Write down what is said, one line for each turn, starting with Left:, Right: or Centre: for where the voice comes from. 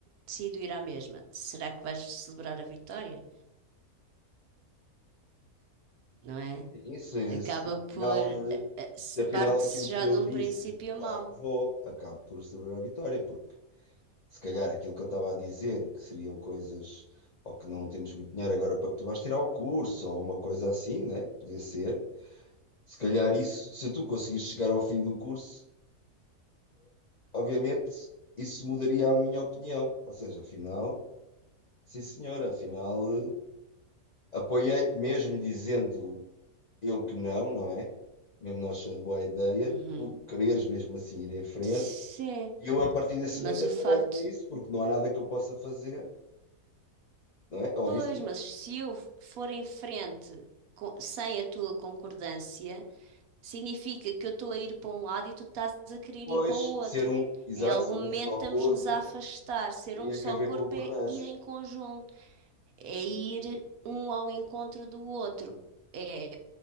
Right: decido ir à mesma. Será que vais celebrar a vitória? Não é?
Left: Sim, se,
Right: Acaba
Left: se afinal,
Right: por. eh,
Left: eh,
Right: eh, se-
Left: se afinal
Right: Parte-se
Left: aquilo que
Right: já
Left: eu
Right: de um
Left: disse,
Right: princípio
Left: claro
Right: mau.
Left: que vou, acabo por celebrar a vitória, porque se calhar aquilo que eu estava a dizer, que seriam coisas, ou que não temos muito dinheiro agora para que tu vais tirar o curso, ou uma coisa assim, né? Podia ser. Se calhar isso, se tu conseguires chegar ao fim do curso, obviamente isso mudaria a minha opinião. Ou seja, afinal, sim senhora, afinal eh, apoiei-te mesmo dizendo eu que não, não é? Mesmo não achando boa ideia,
Right: Uhum.
Left: tu quereres mesmo assim ir em frente
Right: Sim,
Left: e eu a partir desse
Right: mas
Left: momento
Right: o
Left: apoiar-te
Right: facto
Left: nisso, porque não há nada que eu possa fazer, não é? Ou
Right: Pois,
Left: vice-versa.
Right: mas se eu for em frente co- sem a tua concordância, significa que eu estou a ir para um lado e tu estás a querer
Left: Pois,
Right: ir para o outro.
Left: ser um, exato,
Right: Em algum
Left: ser
Right: momento
Left: um só
Right: estamos-nos
Left: corpo,
Right: a afastar. Ser
Left: teria
Right: um só
Left: que haver
Right: corpo
Left: concordância.
Right: é ir em conjunto é ir um ao encontro do outro, é